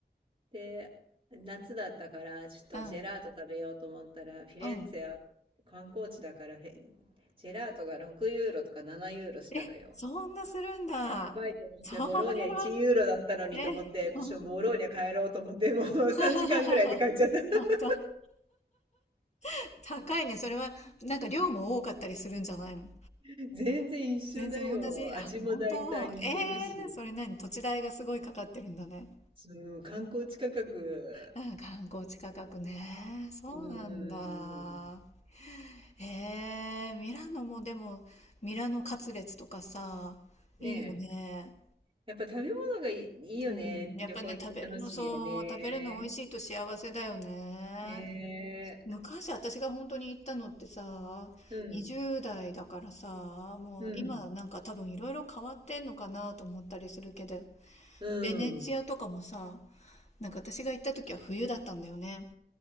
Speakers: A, on the right; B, on the left.
A: で、夏だったから、ちょっとジェラート食べようと思ったら、
B: うん。
A: フィレンツェは観光地だからフェ、
B: うん。
A: ジェラートが6ユーロとか7ユーロしたのよ。
B: え、そんなするんだ。
A: やばいと思って、
B: それは、
A: ボローニャ1ユーロだったのにと思って、
B: え、
A: 私はボローニャ帰ろうと思って、
B: ほん
A: もう3時間ぐらいで帰っちゃった。
B: <laughs> ほんと。<laughs> 高いね。それは、なんか量も多かったりするんじゃないの
A: <laughs> 全然一緒だよ。
B: 全然同じ。あ、
A: 味も大体似てるし。
B: 本当。ええー、それ何土地代がすごいかかってるんだね。
A: その観光地価格、
B: あ、観光地価格ね。そうなんだ。
A: うーん。
B: ええー、ミラノもでも、ミラノカツレツとかさ、
A: ねえ。
B: いいよね。
A: やっぱ食べ物がいい、いいよね。
B: うん、やっぱね、
A: 旅行行って楽しみやね。
B: 食べるの、そう、食べるの美味しいと幸せだよね。
A: ねえ。
B: 昔私が本当に行ったのってさ、
A: うん。
B: 20代だからさ、もう今なんか多分いろいろ変わってんのかなと思ったりするけど、
A: うん。うん。
B: ベネチアとかもさ、なんか私が行った時は冬だったんだよね。